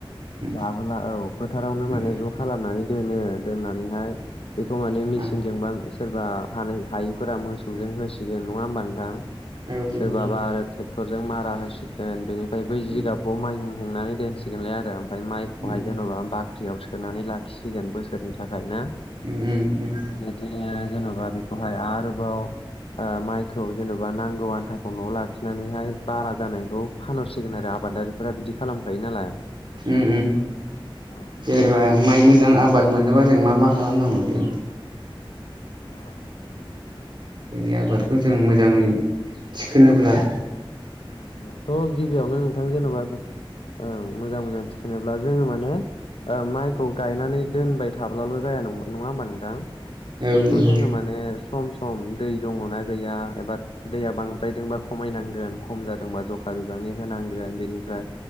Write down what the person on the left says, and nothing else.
लाबोला औ फोथारावनो
माने ज' खालामनानै दोनो दोननानैहाय बेखौ माने मेसिनजोंबा
सोरबा हानाय हायिफोरा मोसौजों होसिगोन नङा होमबा नोंथां
सोरबाबा आरो टेक डक्टरजों मारा होसिगोन बेनिफ्राय बै जिगाबखौ
माइहुं हुंनानै दोनसिगोनलाय आरो ओमफ्राय माइखौहाय
जेन'बा बाख्रियाव सोनानै लाखि फिसिगोन बोसोरनि थाखाय ना
बिदिनो जेन'बा बेखौहाय आरो आरोबाव माइखौ जेन'बा नांगौ आन्थाखौ न'आव लाखिनानैहाय बारा जानायखौ फानहरसिगोन आरो आबादारिफोरा बिदि खालामखायो नालाय
औ बिदिनो
उ
औ औ थ' गिबियावनो नोंथां जेनेबा जों औ मोजां मोजां थिखोनोब्ला जोङो माने माइखौ गायनानै दोनबाय थाब्लाल' जाया नं नङा होमबा नोंथां
बेखौ
जोङो
माने सम सम खम दै दङना गैया एबा दैया बांद्रायदोंबा खमायनांगोन खम जादोंबा जखा बिबांनि होनांगोन बेनिफ्राय